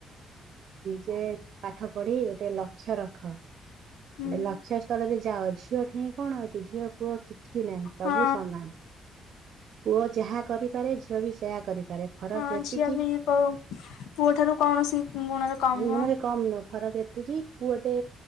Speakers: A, on the right; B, on the left.
A: ଟେ ପାଠ ପଢି ଗୋଟେ ଲକ୍ଷ୍ୟ ରଖ। ଗୋଟେ
B: ହୁଁ
A: ଲକ୍ଷ୍ୟ ସ୍ଥଳରେ ଯେ ଯାଅ, ଝିଅଠେଇଁ କଣ ଅଛି? ଝିଅ ପୁଅ କିଛି ନାହିଁ। ସବୁ
B: ହଁ
A: ସମାନ। ପୁଅ ଯାହା କରିପାରେ ଝିଅ ବି ସେ ପାରେ। ଫରକ୍
B: ହଁ
A: ଏତିକି,
B: ଝିଅ ବି କୋଉ ପୁଅ ଠାରୁ କୌଣସି ଗୁଣରେ କମ
A: ଗୁଣରେ
B: ନୁହଁ ହଁ
A: କମ୍ ନୁହଁ। ଫରକ ଏତିକି, ପୁଅଟେ